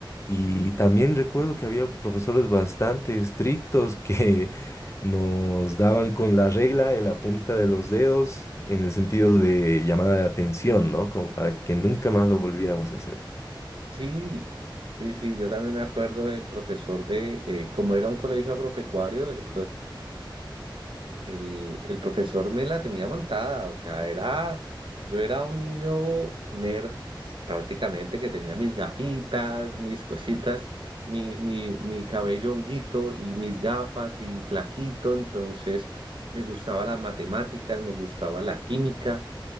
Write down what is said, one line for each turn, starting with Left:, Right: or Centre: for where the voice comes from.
Left: Y también recuerdo que había profesores bastante estrictos que <laughs> nos daban con la regla en la punta de los dedos en el sentido de llamada de atención, ¿no? Como para que nunca más lo volviéramos a hacer.
Right: Sí, sí, sí, yo también me acuerdo del profesor de, eh, como era un colegio agropecuario, el, El, el profesor me la tenía montada, o sea, era, yo era un niño nerd prácticamente que tenía mis gafitas, mis <laughs> cositas, mi, mi, mi cabello honguito y mis gafas y flaquito, entonces me gustaba las matemáticas, me gustaba la química,